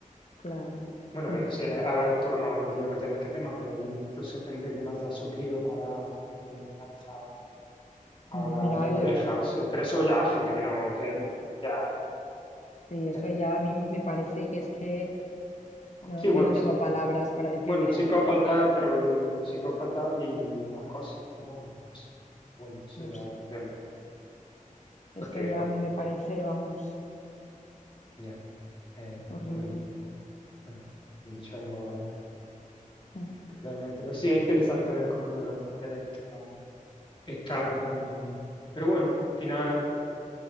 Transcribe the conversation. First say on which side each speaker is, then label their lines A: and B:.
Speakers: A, on the left; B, on the left.
A: Claro.
B: Bueno,
A: Mm,
B: eh, sí, eh, a ver, esto no lo quiero meter en este tema, pero hay incluso gente que mata a su crío para como venganza a
A: mm,
B: la
A: Mira,
B: otra pareja.
A: y,
B: o sea, pero eso ya gente que no, que ya,
A: y eso
B: eh,
A: ya a mí me parece que es que no,
B: sí,
A: yo
B: bueno,
A: no
B: s-
A: tengo palabras para describir
B: bueno, psicópata,
A: eso, o sea, me parece,
B: pero psicópata y más cosas, supongo. no sé. Bueno, eso
A: no
B: ya
A: sé,
B: otro tema,
A: eso
B: porque
A: ya a mí me parece, vamos,
B: ya, eh,
A: horrible.
B: horrible. Bueno, he dicho la misma palabra.
A: Mm.
B: Totalmente. Pues sí, es interesante ver cómo lo de los padres está, está tan. Pero bueno, al final